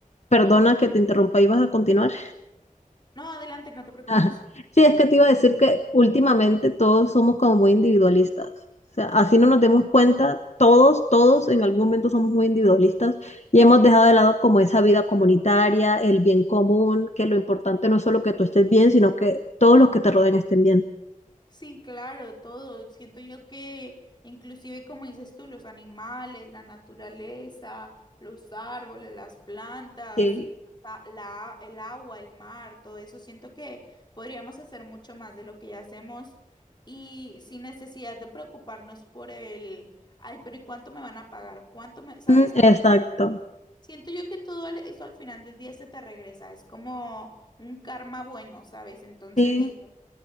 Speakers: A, on the left (about 55°); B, on the left (about 30°).
A: perdona que te interrumpa, ibas a continuar.
B: no, adelante, no te preocupes.
A: Ajá. Sí, es que te iba a decir que últimamente todos somos como muy individualistas. O sea, así no nos demos cuenta, todos, todos en algún momento somos muy individualistas y hemos dejado de lado como esa vida comunitaria, el bien común, que lo importante no es solo que tú estés bien, sino que todos los que te rodean estén bien.
B: Sí, claro, todo. Siento yo que inclusive como dices tú, los animales, la naturaleza, los árboles, las plantas,
A: Sí.
B: la, la- el agua, el mar, todo eso, siento que podríamos hacer mucho más de lo que ya hacemos y sin necesidad de preocuparnos por el, ay, pero ¿y cuánto me van a pagar? ¿Cuánto me, sabes
A: Mm,
B: cómo?
A: Exacto.
B: Siento yo que todo al- eso al final del día se te regresa, es como un karma bueno, ¿sabes? Entonces
A: Sí.
B: digo,